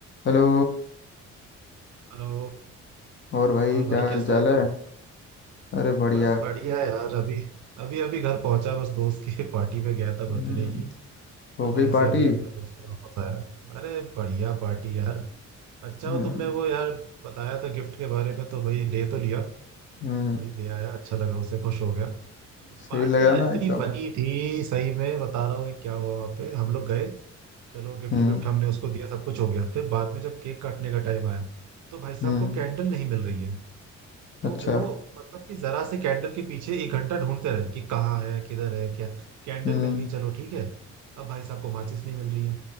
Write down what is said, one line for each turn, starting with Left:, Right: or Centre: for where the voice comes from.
Left: Hello
Right: Hello
Left: और भाई
Right: और भाई
Left: क्या
Right: कैसा
Left: हाल चाल
Right: है
Left: है
Right: तू
Left: अरे बढ़िया
Right: बस बढ़िया है यार अभी अभी अभी घर पहुंचा बस दोस्त की <laughs> पार्टी पे गया
Left: हम्म,
Right: था बर्थडे की
Left: हो
Right: तो
Left: गई
Right: वहीं से
Left: पार्टी
Right: अभी अपने दोस्त के वापस आया अरे बढ़िया पार्टी यार अच्छा
Left: हम्म
Right: हो तुमने वो यार बताया था गिफ्ट के बारे में तो भाई ले तो लिया
Left: हम्म,
Right: वही दे आया अच्छा लगा उसे खुश हो गया उस
Left: सही
Right: पार्टी
Left: लगा
Right: यार
Left: ना
Right: इतनी
Left: एकदम
Right: फनी थी सही में बता रहा हूँ एक क्या हुआ वहाँ पे हम लोग गए चलो गिफ्ट
Left: हम्म
Right: विफ्ट हमने उसको दिया सब कुछ हो गया फिर बाद में जब केक काटने का टाइम आया तो भाई साहब
Left: हम्म
Right: को कैंडल नहीं मिल रही है तो
Left: अच्छा
Right: वो मतलब कि जरा से कैंडल के पीछे एक घंटा ढूंढते रहे कि कहाँ है किधर है क्या कैंडल
Left: हम्म
Right: मिल गई चलो ठीक है अब भाई साहब को माचिस नहीं मिल रही है